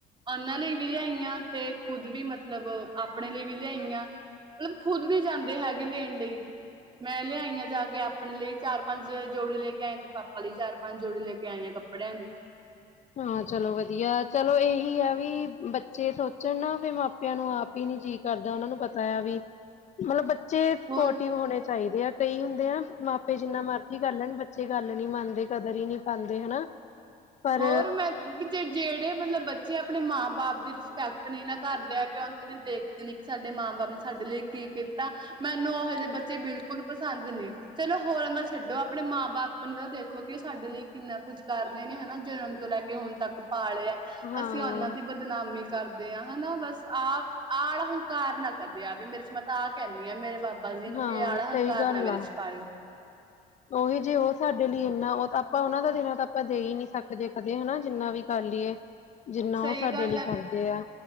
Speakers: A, on the right; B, on the left.
A: ਉਨਾਂ ਲਈ ਵੀ ਲਿਆਈ ਆ 'ਤੇ ਖੁਦ ਵੀ ਮਤਲਬ ਆਪਣੇ ਲਈ ਵੀ ਲਿਆਈ ਆ। ਮਤਲਬ ਖੁਦ ਵੀ ਜਾਂਦੇ ਹੈਗੇ ਲੈਣ ਲਈ। ਮੈਂ ਲਿਆਈ ਆ ਜਾ ਕੇ ਆਪਣੇ ਲਈ ਚਾਰ-ਪੰਜ ਜੋੜੀ ਲੈ ਕੇ ਆਏ 'ਤੇ ਪਾਪਾ ਲਈ ਚਾਰ ਪੰਜ ਜੋੜੀ ਲੈ ਕੇ ਆਈ ਆ ਕੱਪੜਿਆਂ ਦੀ।
B: ਹਾਂ ਚਲੋ ਵਧੀਆ ਚਲੋ ਏਹੀ ਆ ਵੀ ਬੱਚੇ ਸੋਚਣ ਨਾ ਵੀ ਮਾਪਿਆਂ ਨੂੰ ਆ ਪੀ ਨੀ ਜੀਅ ਕਰਦਾ ਉਨਾਂ ਨੂੰ ਪਤਾ ਐ ਵੀ ਮਤਲਬ ਬੱਚੇ ਸਪੋਰਟਿਵ
A: ਹੋਰ
B: ਹੋਣੇ ਚਾਈਦੇ ਆ ਕਈ ਹੁੰਦੇ ਆ ਨਾ ਮਾਪੇ ਜਿੰਨਾ ਮਰ ਜੀ ਕਰ ਲੈਣ ਬੱਚੇ ਗੱਲ ਨੀ ਮੰਨਦੇ, ਕਦਰ ਈ ਨੀ ਪਾਂਦੇ ਹਨਾ। ਪਰ
A: ਹੋਰ ਮੈਂ ਵੀ ਜ ਜੇੜੇ ਮਤਲਬ ਬੱਚੇ ਆਪਣੇ ਮਾਂ ਬਾਪ ਦੀ ਰਿਸਪੈਕਟ ਨੀ ਨਾ ਕਰਦੇ ਐਗੇ ਉਨਸ ਕਣੀ ਦੇ ਨੀ ਸਾਡੇ ਮਾਂ ਬਾਪ ਨੇ ਸਾਡੇ ਲਈ ਕੀ ਕੀਤਾ ਮੈਨੂੰ ਉਹੋ ਜੇ ਬੱਚੇ ਬਿਲਕੁੱਲ ਪਸੰਦ ਨੀ। ਚਲੋ ਹੋਰਾਂ ਦਾ ਛੱਡੋ ਆਪਣੇ ਮਾਂ ਬਾਪ ਕਣੀ ਤਾਂ ਦੇਖੋ ਕਿ ਓ ਸਾਡੇ ਲਈ ਕਿੰਨਾ ਕੁੱਝ ਕਰ ਰੇ ਨੇ ਹਨਾ। ਜਨਮ ਤੋਂ ਲੈ ਕੇ ਹੁਣ ਤੱਕ ਪਾਲੇ ਐ
B: ਹਾਂ
A: ਅਸੀਂ ਉਨਾਂ ਦੀ ਬ ਬਦਨਾਮੀ ਕਰਦੇ ਆ ਹਨਾ ਬਸ ਐ ਆ ਆਲਾ ਹੰਕਾਰ ਨਾ ਕਰਦੇ ਆਵੇ ਮੇਰੇ 'ਚ ਮੈਂ ਤਾਂ ਆ ਕੈਂਨੀ ਆ ਮੇਰੇ ਬਾ ਬਾ ਜੀ ਨੂੰ
B: ਹਾਂ
A: ਕੇ ਆਲਾ
B: ਸਹੀ
A: ਹੰਕਾਰ
B: ਗੱਲ
A: ਨਾ ਮੇਰੇ
B: ਆ
A: 'ਚ ਪਾਏ ਓ।
B: ਉਹੀ ਜੇ ਉਹ ਸਾਡੇ ਲਈ ਇੰਨਾ ਓ ਤਾਂ ਆਪਾਂ ਉਹਨਾਂ ਦਾ ਜਿੰਨਾ ਤਾਂ ਆਪਾਂ ਦੇ ਈ ਨੀ ਸਕਦੇ ਕਦੇ ਹਨਾ ਜਿੰਨਾ ਵੀ ਕਰ ਲੀਏ ਜਿੰਨਾ
A: ਸਹੀ
B: ਓ ਸਾਡੇ
A: ਗੱਲ
B: ਲਈ
A: ਹੈ
B: ਕਰਦੇ ਆ।